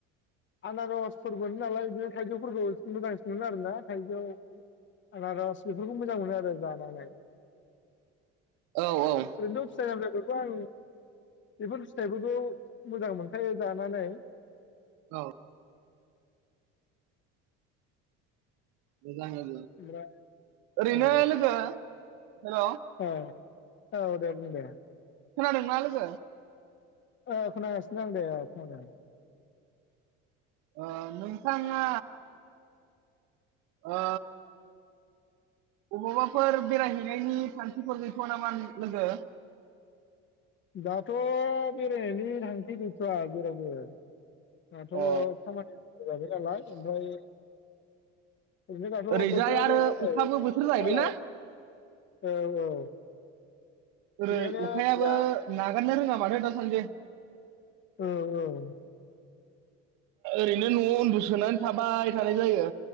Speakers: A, on the left; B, on the right.
A: आनारसफोर मोनो नालाय बिदिनो थाइजौफोरखौ मोजांसिन मोनो आरोना थाइजौ आनारस बेफोरखौ मोजां मोनो आरो जानानै
B: <inaudible> औ औ
A: ओरैनोथ फिथाइ आमलायफोर खौ आं बेफोर फिथाइफोरखौ मोजां मोनखायो जानानै
B: औ मोजां लोगो
A: ओमफ्राय
B: ओरैनो
A: औ
B: लोगो हेल'
A: औ ओ औ दे बुं दे
B: खोनादोंना लोगो
A: ओ खोनागासिनो आं दे ओ खोनादों
B: ओ नोंथाङा ओ बबावबाफोर बेरायहैनायनि थांखिफोर गैथ'वा नामा लोगो
A: दाथ' बेरायनायनि थांखि गैथ'वआ जेरावबो दाथ'
B: अ
A: खामानि <unintelligible> नालाय ओमफाय ओरनो दाथ'
B: ओरैजाय
A: बोथोराबो
B: आरो
A: नै
B: अखाबो
A: अखा
B: बोथोर जाहैबायना
A: हालाय औ औ
B: ओरै
A: बेनिखायनो
B: अखायाबो
A: गैया
B: नागारनो रोङा माथो दासान्दि
A: औ औ
B: ओरैनो न'आव उन्दुसोनानै थाबाय थानाय जायो